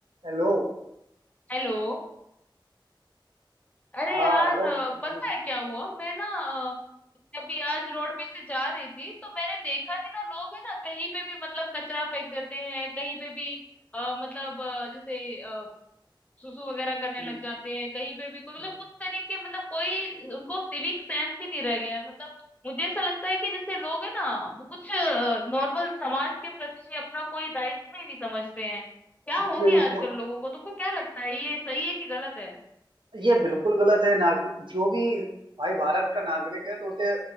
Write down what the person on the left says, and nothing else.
Hello अरे
यार
अ,
पता है क्या हुआ मैं ना अ, अभी आज रोड पे से जा रही थी तो मैंने देखा कि ना लोग है ना कहीं पे भी मतलब कचरा फेंक देते हैं कहीं पे भी अ, मतलब अ, जैसे अ, सुसु वगैरह करने
लग जाते हैं कहीं पे भी कोई मतलब
कुछ तरीके मतलब कोई उनको सिविक सेंस ही नहीं रह गया है मतलब मुझे ऐसा लगता है कि जैसे लोग है ना वो कुछ नॉर्मल समाज के प्रति अपना कोई दायित्व ही नहीं समझते हैं क्या हो
गया आजकल लोगों को तुमको क्या लगता है ये सही है कि गलत है